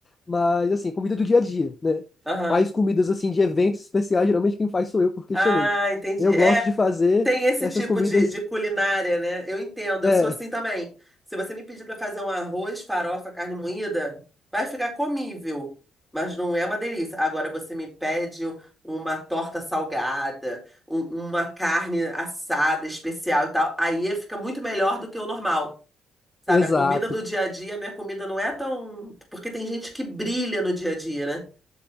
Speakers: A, on the left; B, in the centre.
A: mas assim, comida do dia a dia, né?
B: Aham.
A: Mais comidas assim de eventos especiais, geralmente quem faz sou eu, porque
B: Ah,
A: justamente
B: entendi.
A: eu gosto
B: É,
A: de fazer
B: Tem esse
A: essas
B: tipo
A: comidas.
B: de, de culinária, né? Eu entendo,
A: É,
B: eu sou assim também. Se você me pedir para fazer um arroz, farofa, carne moída, vai ficar comível, mas não é uma delícia. Agora você me pede uma torta salgada, um- uma carne assada especial e tal, aí fica muito melhor do que o normal. Sabe,
A: exato.
B: a comida do dia a dia, a minha comida não é tão. Porque tem gente que brilha no dia a dia, né?